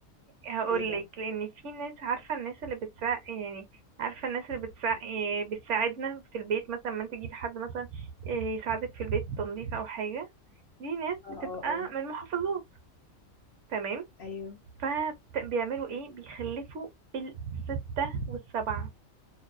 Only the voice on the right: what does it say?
هقولك
لان في ناس عارفه الناس اللي بتساعد يعني عارفه الناس اللي بتساعد بتساعدنا في البيت مثلا ما انت تجيبي حد مثلا إيه، يساعدك في البيت تنظيف او حاجه دي ناس
بتبقى
من محافظات تمام
فبيعملوا ايه بيخلفوا بالستة والسبعة